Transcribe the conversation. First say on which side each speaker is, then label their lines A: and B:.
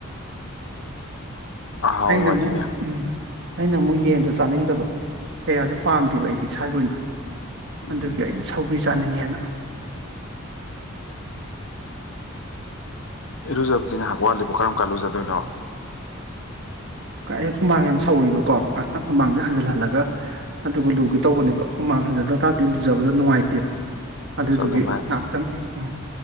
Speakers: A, on the left; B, on the right.
A: ꯑꯍꯥꯎꯕꯅꯤꯅꯦ
B: ꯑꯩꯅ ꯑꯃꯨꯛ ꯎꯝ ꯑꯩꯅ ꯑꯃꯨꯛ ꯌꯦꯟꯗꯣ ꯆꯥꯅꯤꯡꯗꯕ ꯀꯌꯥꯁꯨ ꯄꯥꯝꯗꯦꯕ ꯑꯩꯗꯤ ꯏꯁꯥꯒꯤ ꯑꯣꯏꯅ
A: ꯎꯝ
B: ꯑꯗꯨꯒꯤ ꯑꯩꯅ ꯁꯧꯁ ꯆꯥꯅꯤꯡꯉꯦꯅ
A: ꯏꯔꯨꯖꯕ ꯀꯅ ꯍꯥ ꯒꯋꯥꯂꯤ ꯂꯤꯕ ꯀꯔꯝ ꯀꯜꯂꯨꯖꯗꯣꯏꯅꯣ
B: ꯑꯩ ꯍꯨꯃꯥꯡ ꯌꯥꯝ ꯁꯧꯔꯤꯕꯀꯣ ꯉꯥꯏꯍꯥꯛꯇꯪ ꯍꯨꯃꯥꯡꯁꯦ ꯍꯟꯖꯤꯟꯍꯜꯂꯒ ꯑꯗꯨꯒ ꯂꯨꯒꯦ ꯇꯧꯕꯅꯦꯕ ꯍꯨꯃꯥꯡ ꯍꯟꯖꯤꯟꯗ ꯇꯥꯔꯗꯤ ꯂꯨꯖꯕꯗꯣ ꯅꯨꯡꯉꯥꯏꯇꯦꯕ ꯑꯗꯨꯗꯨꯒꯤ
A: ꯑꯁ ꯑꯗꯨꯃꯥꯏ
B: ꯉꯥꯏꯍꯥꯛꯇꯪ ꯎꯝ